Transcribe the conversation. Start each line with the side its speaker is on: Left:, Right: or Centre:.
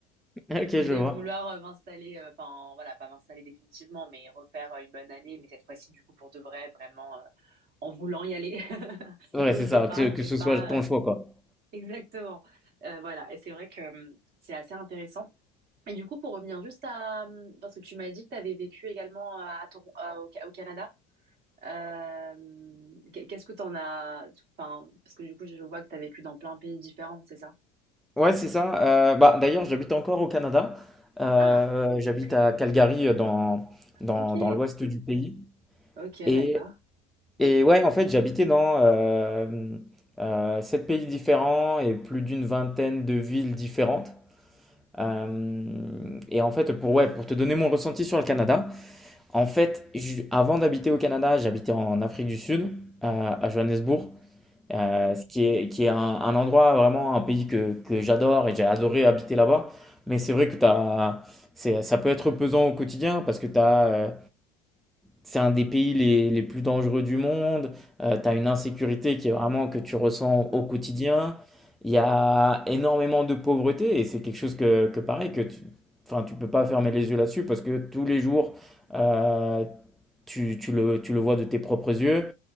Centre: Ok,
Right: De
Centre: je vois.
Right: vouloir euh, m'installer, euh, enfin voilà, pas m'installer définitivement, mais refaire euh, une bonne année, mais cette fois-ci, du coup, pour de vrai, vraiment euh, en voulant y aller <laughs>
Centre: Ouais,
Right: dès
Centre: c'est
Right: le départ
Centre: ça, que, que
Right: et
Centre: ce
Right: pas
Centre: soit ton choix, quoi.
Right: Exactement. Euh, voilà, et c'est vrai que hum, c'est assez intéressant. Et du coup, pour revenir juste à... hum, Parce que tu m'as dit que tu avais vécu également à à Toron- à- au, Ca- au Canada. Euh, qu'est- qu'est-ce que t'en as... Enfin, parce que du coup, je vois que tu as vécu dans plein de pays différents, c'est ça?
Centre: Ouais, c'est ça. Euh, bah, d'ailleurs, j'habite encore au Canada. Euh,
Right: Ah,
Centre: j'habite
Right: ok.
Centre: à Calgary, euh, dans, dans,
Right: Ok.
Centre: dans l'ouest du pays.
Right: Ok,
Centre: Et,
Right: d'accord.
Centre: et ouais, en fait, j'habitais dans euh, euh, sept pays différents et plus d'une vingtaine de villes différentes. Euh, et en fait, pour, ouais, pour te donner mon ressenti sur le Canada, en fait, ju- avant d'habiter au Canada, j'habitais en Afrique du Sud, euh, à Johannesburg. euh,
Right: Ok.
Centre: ce qui est, qui est un, un endroit, vraiment un pays que, que j'adore et j'ai adoré habiter là-bas. Mais c'est vrai que t'as, c'est, ça peut être pesant au quotidien parce que t'as, euh, c'est un des pays les, les plus dangereux du monde. Euh, tu as une insécurité qui est vraiment que tu ressens
Right: ouais.
Centre: au quotidien. Il y a énormément de pauvreté et c'est quelque chose que, que pareil, que tu, enfin, tu peux pas fermer les yeux là-dessus parce que tous les jours, euh, tu, tu le, tu le vois de tes propres yeux.